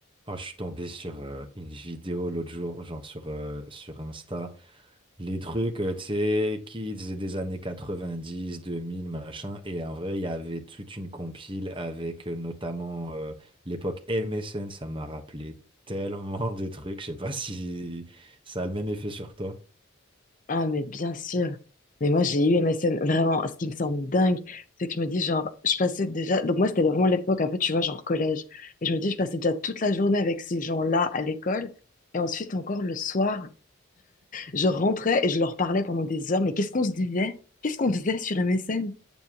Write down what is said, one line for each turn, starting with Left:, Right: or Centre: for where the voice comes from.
Right: Oh, je suis tombé sur euh, une vidéo l'autre jour, genre sur, euh, sur Insta. Les trucs, euh, tu sais, kids des années 90, 2000, machin. Et en vrai, il y avait toute une compile avec euh, notamment euh, l'époque MSN. Ça m'a rappelé tellement de trucs. Je sais pas si ça a le même effet sur toi.
Left: Ah, mais bien sûr. Mais moi, j'ai eu MSN. Vraiment, ce qui me semble dingue, c'est que je me dis, genre, je passais déjà. Donc, moi, c'était vraiment l'époque, un peu, tu vois, genre collège. Et je me dis, je passais déjà toute la journée avec ces gens-là à l'école. Et ensuite, encore le soir, je rentrais et je leur parlais pendant des heures. Mais qu'est-ce qu'on se disait? Qu'est-ce qu'on faisait sur MSN?